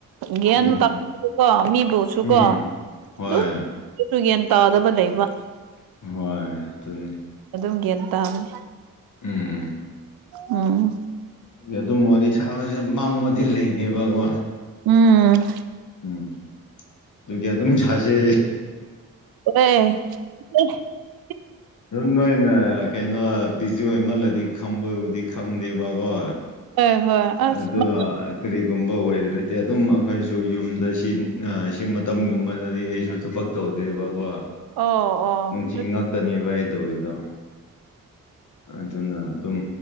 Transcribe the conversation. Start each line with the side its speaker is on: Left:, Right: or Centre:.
Right: ꯒ꯭ꯌꯥꯟ
Left: ꯎꯝ
Right: ꯇꯥ ꯃꯤꯕꯨꯁꯨ
Left: ꯎꯝ
Right: ꯀꯣ ꯑꯗꯨꯝ
Left: ꯍꯣꯏ
Right: ꯒꯌꯥꯟ ꯇꯥꯗꯕ ꯂꯩꯕ
Left: ꯍꯣꯏ ꯑꯗꯨꯅꯤ
Right: ꯑꯗꯨꯝ ꯒ꯭ꯌꯥꯟ ꯇꯥꯕꯅꯤ
Left: ꯎꯝ
Right: ꯎꯝ
Left: ꯑꯗꯨꯝ ꯋꯥꯔꯤ ꯁꯥꯕꯁꯦ ꯃꯥꯡꯕꯗꯤ ꯂꯩꯗꯦꯕꯀꯣ
Right: ꯎꯝ
Left: ꯎꯝ ꯑꯗꯨꯝ ꯁꯥꯁꯦ
Right: ꯑꯦ <unintelligible>
Left: ꯑꯗꯨ ꯅꯣꯏꯅꯦ ꯀꯩꯅꯣ ꯕꯤꯖꯤ ꯑꯣꯏꯃꯜꯂꯗꯤ ꯈꯪꯕꯕꯨꯗꯤ ꯈꯪꯗꯦꯕꯀꯣ
Right: ꯍꯣꯏ ꯍꯣꯏ ꯑꯁ
Left: ꯑꯗꯨꯗ ꯀꯔꯤ ꯒꯨꯝꯕ ꯑꯣꯏꯗ꯭ꯔꯗꯤ ꯑꯗꯨꯝ ꯑꯩꯈꯣꯏꯁꯨ ꯌꯨꯝꯗ ꯁꯤ ꯁꯤ ꯃꯇꯝꯒꯨꯝꯕꯗꯗꯤ ꯑꯩꯁꯨ ꯊꯕꯛ ꯇꯧ ꯗ꯭ꯔꯦꯕꯀꯣ
Right: ꯑꯣ ꯑꯣ
Left: ꯅꯨꯡꯊꯤ
Right: ꯑꯗꯨ
Left: ꯉꯥꯛꯇꯅꯦꯕ ꯑꯩ ꯇꯧꯔꯤꯗꯣ ꯑꯗꯨꯅ ꯑꯗꯨꯝ